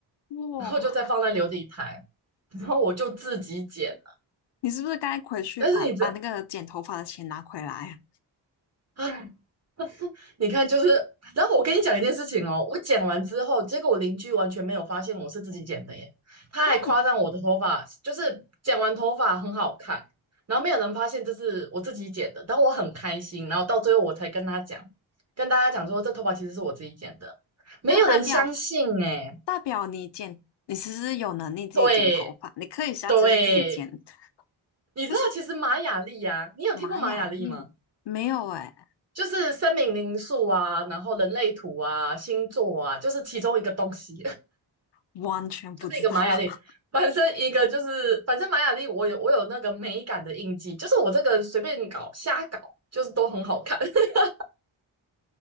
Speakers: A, on the left; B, on the right.
A: 哇，
B: 然后就再放在琉璃台，然后我就自己剪了。
A: 你是不是该回去把把那个剪头发的钱拿回来啊？
B: 但是你这，唉，你看，就是，然后我跟你讲一件事情哦，我剪完之后，结果我邻居完全没有发现我是自己剪的耶，他还夸赞我的头发，
A: 啊
B: 就是剪完头发很好看，然后没有人发现这是我自己剪的，但我很开心，然后到最后我才跟他讲，跟大家讲说这头发其实是我自己剪的，没有人相信哎，
A: 那大表大表你剪，你其实有能力自己剪头发，
B: 对
A: 你可以下次就自己剪。
B: 对，你知道其实玛雅历啊，
A: 就是
B: 你有听过玛雅历吗？
A: 玛雅历没有哎、
B: 就是生命灵数啊，然后人类图啊，星座啊，就是其中一个东西。
A: 完全不知道。
B: 就是一个玛雅丽，
A: <laughs>
B: 反正一个就是反正玛雅丽，我有我有那个美感的印记，就是我这个随便搞瞎搞，就是都很好看，<laughs>